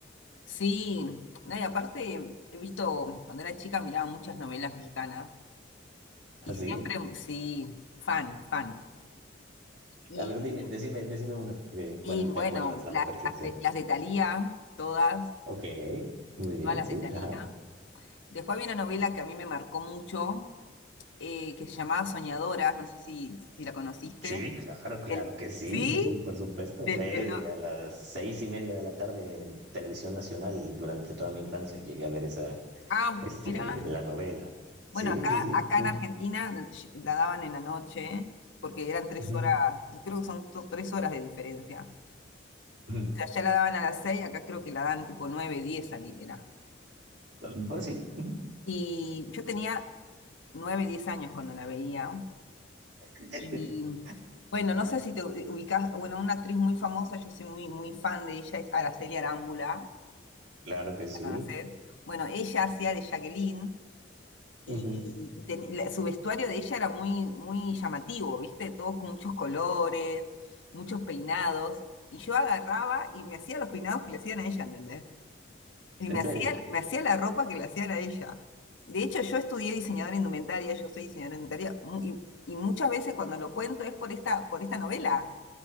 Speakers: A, on the left; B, on the right.
A: Sí, no, y aparte he visto, cuando era chica miraba muchas novelas mexicanas
B: ¿Así?
A: y siempre, sí, fan, fan. Y,
B: A ver, dime, decime, decime una, eh, ¿cuál
A: y bueno,
B: te acuerdas a
A: la-
B: la perfección?
A: las, de, las de Thalía, todas,
B: Ok, muy bien,
A: todas las
B: sí,
A: de Thalía.
B: ajá.
A: Después había una novela que a mí me marcó mucho, eh, que se llamaba Soñadoras, no sé si, si la conociste.
B: Sí, claro, claro
A: Del,
B: que sí,
A: ¿sí?
B: sí, por supuesto.
A: Del,
B: Eh,
A: del no-
B: a las seis y media de la tarde en Televisión Nacional, durante toda mi infancia, llegué a ver esa,
A: ah,
B: este,
A: mira.
B: la novela. Sí,
A: Bueno, acá,
B: sí, sí.
A: acá en Argentina la daban en la noche, porque eran tres
B: Ujú,
A: horas, creo que son dos, tres horas de diferencia.
B: ujú.
A: O sea, allá la daban a las seis, acá creo que la dan tipo nueve, diez ali- era.
B: A lo mejor sí. ujú.
A: Y yo tenía nueve, diez años cuando la veía.
B: <laughs>
A: Y bueno, no sé si te ubicas, bueno, una actriz muy famosa, yo soy muy, muy fan de ella, es Araceli Arámbula
B: Claro que sí.
A: ¿la conocés? Bueno, ella hacía de Jacqueline y,
B: Ujú.
A: y ten- la- su vestuario de ella era muy, muy llamativo, ¿viste? Todo con muchos colores, muchos peinados. Y yo agarraba y me hacía los peinados que le hacían a ella, ¿entendés? Y
B: ¿En
A: me
B: serio?
A: hacía, me hacía la ropa que le hacían a ella. De hecho, yo estudié diseñadora indumentaria, yo soy diseñadora indumentaria, mu- y, y muchas veces cuando lo cuento es por esta, por esta novela,